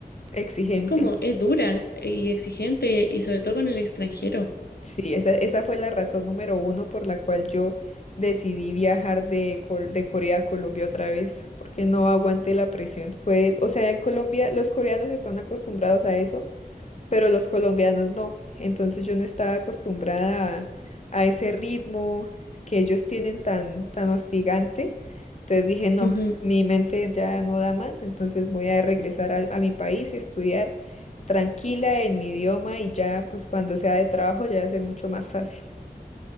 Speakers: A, on the left (about 45°); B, on the left (about 80°).
A: exigente.
B: Es como, es dura y exigente, y sobre todo con el extranjero.
A: Sí, esa, esa fue la razón número uno por la cual yo decidí viajar de, Col- de Corea a Colombia otra vez, porque no aguanté la presión. Fue, o sea, en Colombia los coreanos están acostumbrados a eso pero los colombianos no. Entonces yo no estaba acostumbrada a, a ese ritmo que ellos tienen tan, tan hostigante. Entonces dije, no,
B: Ujú.
A: mi mente ya no da más, entonces voy a regresar a, a mi país y estudiar tranquila en mi idioma y ya, pues cuando sea de trabajo ya va a ser mucho más fácil.